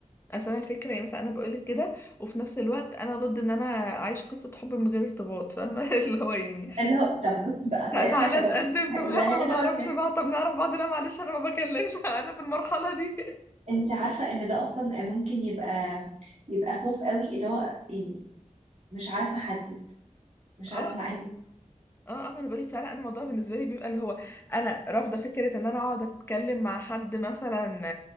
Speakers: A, on the left; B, on the right.
A: اصل انا الفكره يعني مثلا انا بقولك كده وفي نفس الوقت انا ضد ان انا اعيش قصه حب من غير ارتباط فاهمه <laughs> اللي هو يعني
B: اللي هو طب بصي بقى
A: ده تعالى
B: احنا كبنات
A: تقدم
B: لا
A: طب احنا ما
B: هنا
A: نعرفش
B: ولا هنا.
A: بعض طب نعرف بعض لا معلش انا ما بكلمش <laughs> انا في المرحله دي
B: انت عارفه ان ده اصلا ممكن يبقى يبقى خوف قوي اللي هو يعني مش عارفه احدد مش
A: <laughs>
B: عارفه انا عايزه
A: اه اه ما انا بقولك فعلا انا الموضوع بالنسبه لي بيبقى اللي هو انا رافضه فكره ان انا اقعد اتكلم مع حد مثلا